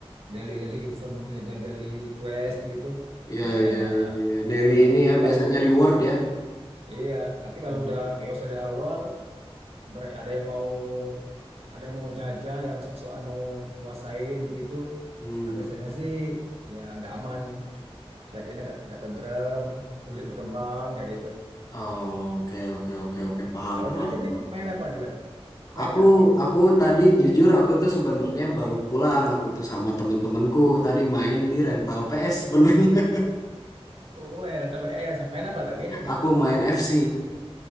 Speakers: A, on the right; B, on the left.
A: daily-daily event, daily-daily quest gitu.
B: ya,
A: Nah, itu
B: ya,
A: enak.
B: ya, ya.
A: Heeh.
B: Daily ini ya
A: Tapi
B: biasanya
A: Kalau
B: reward ya.
A: iya, tapi kalau
B: Hmm.
A: udah chaos dari awal, ibaratnya ada yang mau ada yang mau jajah, yang sok-sokan mau nguasain gitu.
B: Hmm.
A: Nah, biasanya sih ya nggak aman. kerajaannya nggak nggak tentrem, sulit berkembang kayak gitu.
B: Oh, oke, oke,
A: Hmm.
B: oke, oke, paham,
A: Kalau
B: paham.
A: Dilan sendiri
B: paham.
A: main apa Dilan?
B: Aku,
A: Main nggak game?
B: aku tadi jujur aku tuh sebenarnya baru pulang. Aku tuh sama temen-temenku tadi main di rental PS sebenarnya.
A: Oh, main rata PS. Main apa ada winning
B: <laughs>
A: nggak?
B: Aku main FC.